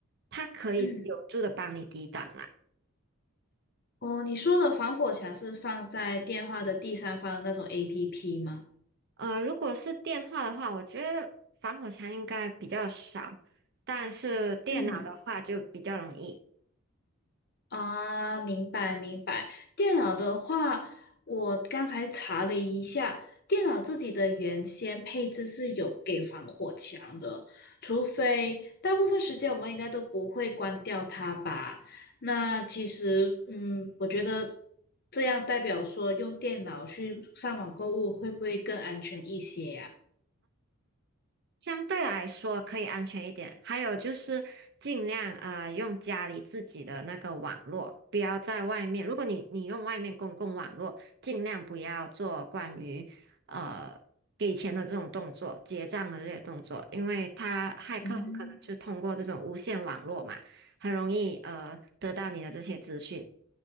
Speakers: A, on the right (about 50°); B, on the left (about 45°).
A: 它可以有助的帮你抵挡啊。
B: 嗯。哦，你说的防火墙是放在电话的第三方那种 APP 吗？
A: 呃，如果是电话的话，我觉得防火墙应该比较少，但是电脑的话就比较容易。
B: 嗯，啊，明白明白。电脑的话，我刚才查了一下，电脑自己的原先配置是有给防火墙的，除非大部分时间我们应该都不会关掉它吧？那其实，嗯，我觉得这样代表说用电脑去上网购物会不会更安全一些呀？
A: 相对来说可以安全一点，还有就是尽量呃用家里自己的那个网络，不要在外面。如果你你用外面公共网络，尽量不要做关于呃给钱的这种动作、结账的这些动作，因为他骇客很可能就通过这种无线网络嘛，
B: 嗯。
A: 很容易呃得到你的这些资讯。